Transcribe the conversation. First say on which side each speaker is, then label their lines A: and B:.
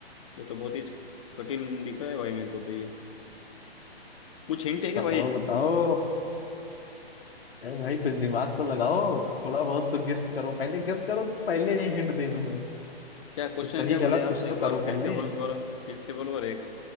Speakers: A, on the left; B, on the left.
A: ये तो बहुत ही कठिन दिख रहा है भाई मेरे को तो ये कुछ हिंट है क्या
B: बताओ
A: भाई इसकी
B: बताओ अरे भाई कुछ दिमाग तो लगाओ थोड़ा बहुत तो गेस करो पहले गेस करो कि पहले ही हिंट दे दूं मैं
A: क्या क्वेश्चन
B: कुछ सही
A: क्या बोले
B: गलत
A: आप
B: कुछ
A: एक
B: तो करो
A: बार फिर
B: पहले
A: से बोल बोलो फिर से बोलो अरे